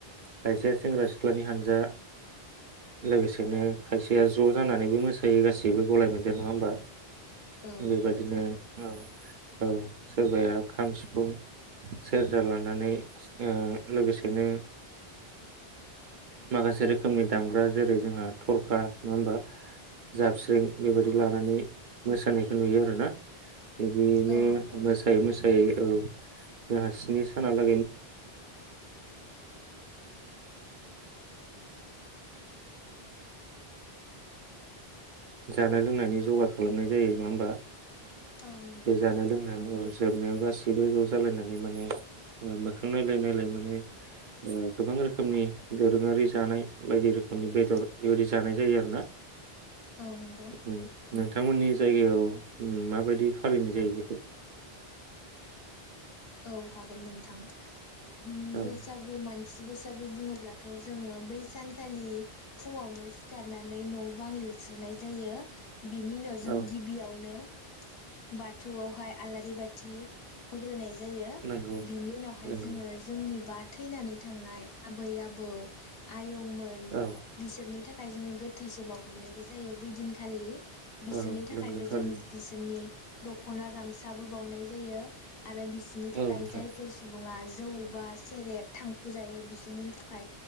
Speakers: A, on the right; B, on the left.
A: खायसेया सेंग्रा सिख्लानि हानजा लोगोसेनो खायसेया ज' जानानैबो मोसायो गासैबो गलाय मोन देर नङा होमबा?
B: औ
A: बेबादिनो
B: नंगौ
A: औ औ सोरबाया खाम, सिफुं, सेरजा लानानै ओ लोगोसेनो माखासे रोखोमनि दामग्रा जेरै जोंहा थरखा नङा होमबा जाबस्रिं लानानै
B: औ
A: मोसानायखौ नुयो आरो ना। बिदियैनो
B: औ नंगौ
A: मोसायै मोसायै औ जोंहा स्नि सानाला जानाय लोंनायनि जगार खालामनाय जायो नङा होमबा?
B: औ नंगौ
A: बे जानाय लोंनायाव ओ जोबनायाव गासैबो ज' जालायनानै माने ओ मोखां नायलाय नायलाय माने ओ गोबां रोखोमनि दोरोङारि जानाय बायदि रोखोमनि बेदर बेबायदि जानाय जायो आरो ना।
B: औ नंगौ।
A: उम नोंथांमोननि जायगायाव उम माबायदि फालिनाय जायो बेखौ?
B: औ हागोन नोंथां। उम
A: औ
B: बैसागु मान सि बैसागु बुङोब्लाथ' जोङो बै सानखालि फुङावनो सिखारनानै न' बां लिरस्रोनाय जायो। बिनि उनाव जों
A: औ
B: गिबियावनो बाथौआवहाय आलारि बाथि होग्रोनाय जायो।
A: नंगौ
B: बिनि उनावहाय
A: नंगौ
B: जोङो जोंनि बा थैनानै थांनाय आबै, आबौ आ यंमोन
A: औ
B: बिसोरनि था खाय जोङो गोथैसो बावग्रोनायबो जायो बै दिनखालि। बिसोरनि
A: औ
B: थाखायबो
A: नंगौ थारैनो
B: जों बिसोरनि दख'ना गाम सा बो बावनाय जायो। आरो बि नि थाखाय
A: औ नोंथां
B: जायफोर सुबुङा जौ बा सेरेब थांखु जायो बिसोरनि थाखाय